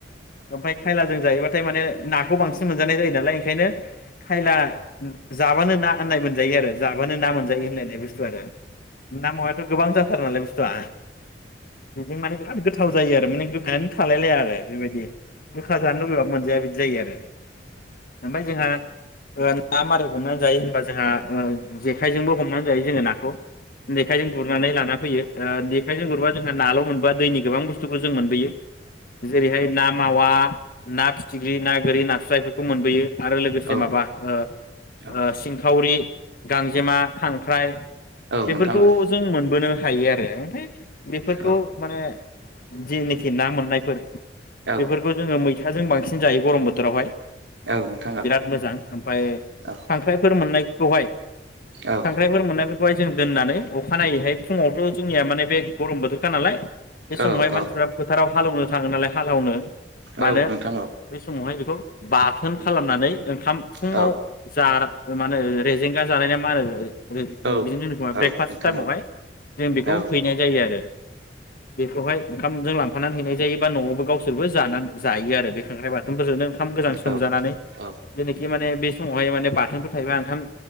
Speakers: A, on the left; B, on the right.
A: ओमफ्राय खायलाजों जायोबा थाय माने नाखौ बांसिन मोनजानाय जायो नालाय ओखायनो खायला जाबानो ना आननाय मोनजायो आरो जाबानो ना मोनजायो होनलायनाय बुस्थुआनो ना मावा बां जाथारो नालाय बुस ब्ला बिदि माने बिराद गोथ थाव जायो आरो माने गोखा थालायलाया आरो बेबायदि गोखा जानो लुुबैबा मोनजाया बिदि जायो आरो ओमफाय जोंहा ओ ना मारै हमनानै जायो होनबा जोंहा जेखाइजोंबो हमनानै जायो जोङो नाखौ जेखाइजों। गुरनानै लाना फैयो जेखाइजों गुरबा जोंहा नाल' मोन। बा दैनि गोबां बुस्थुबो जों मोनबोयो। जेरैहाय ना मावा ना फिथिग्रि ना गोरि नास जायफोरखौ मोनबोयो आरो लोगोसे
B: औ
A: माबा ओ
B: औ
A: ओ सिंखावरि। गांजेमा खांख्राइ
B: औ
A: बेफोरखौ
B: नोंथां औ।
A: जों मोनबोनो हायो आरो ओमफाय बेफोरखौ
B: औ
A: माने जेनोखि ना मोननायफोर
B: औ
A: बेफोरखौ जोङो मैथाजों बांसिन सिन जायो गरम बोथोरावहाय।
B: औ नोंथां औ
A: बिराद मोजां, ओमफाय
B: औ
A: खांख्रायफोर मोननायखौहाय
B: औ
A: खांख्रायफोर मोननायफोरखौहाय जों- दोननानै अखानायैहाय फुङावथ' जोंनिया माने बे गरम बोथोरखा नालाय। बे
B: औ
A: समावहाय
B: औ
A: मानसिफ्रा फोथाराव हालौनो थाङो नालाय। हालावनो मानो
B: औ नोंथां औ
A: बै समावहाय बेखौ। बाथोन खालामनानै ओंख थाम फुङाव
B: औ
A: जार मा होनो रेजेंगा जानाय ना मा होनो?
B: औ
A: बिदिनो होनोखोमा
B: औ
A: ब्रेकफास्थ
B: नोंथां औ नोंथां
A: टाइमावहाय
B: औ
A: जों बेखौ
B: औ
A: हैनाय जायो आरो । बेखौहाय खाम जों लांफानानै हैनाय जायो। बा न'आवाबो गावसोरबो जायो आरो, बे खांख्राइ बाथोनफोरजोंनो ओंखाम गोजां सोमजानानै
B: औ औ
A: जेरैखि माने बे समावहाय माने बाथोनफोर थायोबा ओंखाम